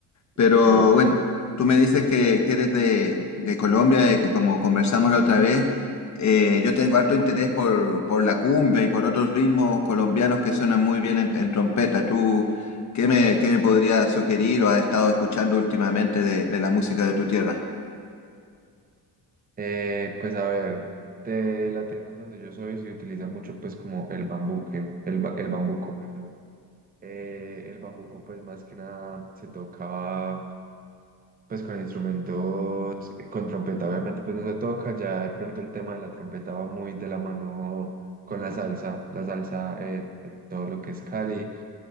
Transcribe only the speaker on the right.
Ok,
eh, pues a ver, de la tierra en donde yo soy se utiliza mucho pues como el bambú, que- el, ba- el bambuco, perdón. Eh, el bambuco pues más que nada se toca pues con instrumentos, eh, con trompeta, obviamente pues no se toca, ya de pronto el tema de la trompeta va muy de la mano con la salsa, la salsa en, en todo lo que es Cali,